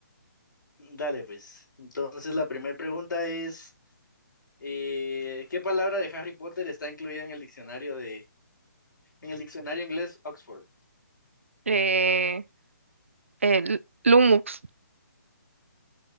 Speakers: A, on the left (about 85°); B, on the right (about 40°).
A: Dale, pues. Entonces, la primera pregunta es... Eh, ¿qué palabra de Harry Potter está incluida en el diccionario de, en el diccionario inglés Oxford?
B: Eh, el Lumux,